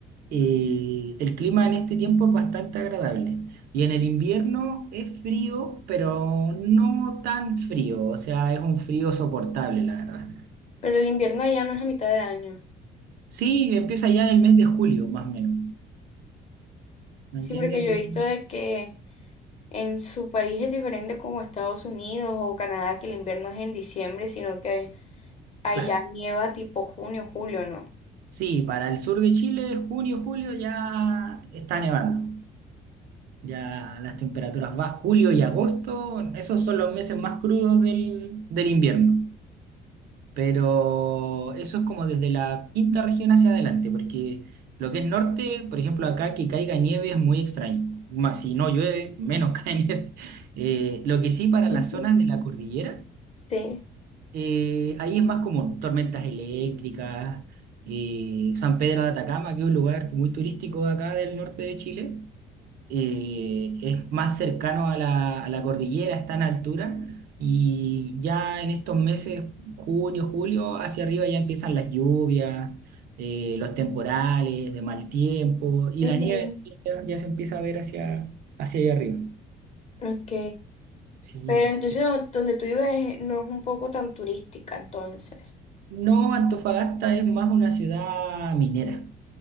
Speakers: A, on the right; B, on the left.
A: Eh, el clima en este tiempo es bastante agradable. Y en el invierno es frío, pero no tan frío, o sea, es un frío soportable, la verdad.
B: Pero el invierno allá no es a mitad de año.
A: Sí, empieza ya en el mes de julio, más o menos. ¿Me
B: Sí,
A: entiendes?
B: porque
A: Empieza-
B: yo he visto de que en su país es diferente como Estados Unidos o Canadá, que el invierno es en diciembre, sino que Ahí
A: Claro.
B: ya nieva tipo junio, julio, ¿no?
A: Sí, para el sur de Chile, junio, julio ya está nevando. Ya las temperaturas van, julio y agosto, esos son los meses más crudos del, del invierno. Pero eso es como desde la quinta región hacia adelante, porque lo que es norte, por ejemplo, acá que caiga nieve es muy extraño. Más si no llueve, menos <laughs> cae nieve. Eh, lo que sí para
B: Ujú.
A: las zonas de la cordillera.
B: Sí.
A: Eh, ahí es más común, tormentas eléctricas, eh, San Pedro de Atacama, que es un lugar muy turístico de acá del norte de Chile, eh, es más cercano a la, a la cordillera, está en altura, y ya en estos meses, junio, julio, hacia arriba ya empiezan las lluvias, eh, los temporales de mal tiempo, y
B: Ujú,
A: la nieve también ya, ya se empieza a ver hacia, hacia allá arriba.
B: Ok.
A: Sí.
B: Pero entonces
A: eh,
B: do- donde tú vives no es un poco tan turística, entonces.
A: No, Antofagasta es más una ciudad minera.